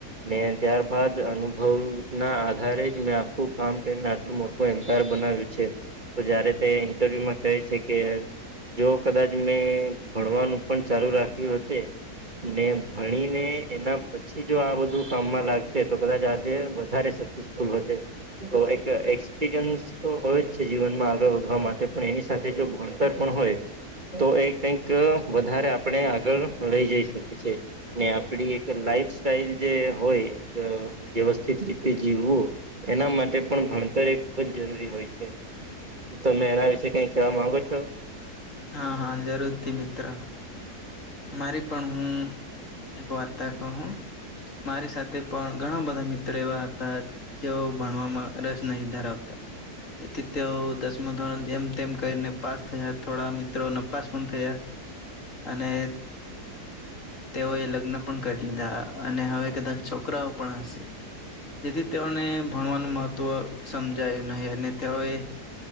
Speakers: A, on the right; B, on the left.
A: ને ત્યારબાદ અનુભવ ના આધારે જ. મેં આખું કામ કરીને આટલું મોટું એમ્પાયર બનાવ્યું છે. તો જયારે તે ઇન્ટરવ્યુમાં કહે છે, કે. જો કદાચ મેં ભણવાનું પણ ચાલુ રાખ્યું <unintelligible> ને ભણી ને એના પછી જો આ બધું કામમાં લાગત તો કદાચ આજે વધારે <unintelligible> <inaudible> તો એક એક્સપિરિયન્સ તો હોય જ છે, જીવનમાં આગળ વધવા માટે પણ એની સાથે જો ભણ પણ હોય તો એ કઈક વધારે આપણે આગળ લઈ જઈ શકીએ છે. ને આપડી એક લાઈફ સાઈલ જે હોય વ્યવસ્થિત રીતે જીવવું. એના માટે પણ ભણતર એ ખૂબ જ જરૂરી હોય છે. તો મેં એના વિશે કઈક કેવા માંગ છો.
B: હા હા જરૂરથી મિત્ર મારી. પણ હું એક વાર્તા કહું. મારી સાથે પણ ઘણા બધા મિત્રો એવા હતા જેઓ ભણવામાં નહી ધરાવતા તેથી તેઓ દસમા <unintelligible> જેમ તેમ કરીને પાસ થયા. થોડા મિત્રો નપાસ પણ થયા અને તેઓએ લગ્ન પણ કરી લીધા અને હવે કદાચ છોકરાઓ પણ હશે. તેથી જ તેઓને ભણવાનું મહત્ત્વ સમજાયુ નહી અને તેઓએ.